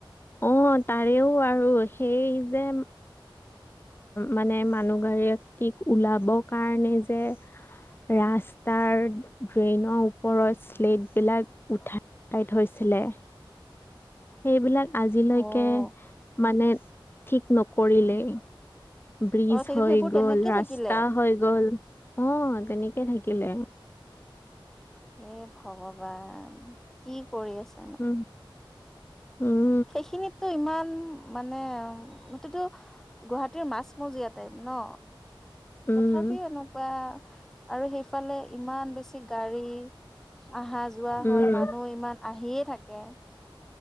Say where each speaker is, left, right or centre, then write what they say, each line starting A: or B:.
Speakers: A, on the left; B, in the centre.
A: অ তাৰেও আৰু সেই যে মানে মানুহগৰাকীক ওলাব কাৰণে যে ৰাস্তাৰ ড্ৰেইনৰ ওপৰত শ্লেটবিলাক উঠাই উঠাই থৈছিলে। সেইবিলাক আজিলৈকে
B: অ'
A: মানে ঠিক নকৰিলেই। ব্ৰিজ
B: অ' সেই
A: হৈ
B: সেইবোৰ
A: গ'ল,
B: তেনেকে
A: ৰাস্তা
B: থাকিলে
A: হৈ গ'ল অ তেনেকে থাকিলে।
B: হে ভগৱান কি কৰি আছ
A: উম উম।
B: সেইখিনিতটো ইমান মানে সেইটোটো গুৱাহাটীৰ মাছমজিয়াতে ন
A: উম
B: তথাপিও এনেকুৱা। আৰু সেইফালে ইমান বেছি গাড়ী আহা যোৱা হয়,
A: উম
B: মানুহ ইমান আহিয়ে থাকে।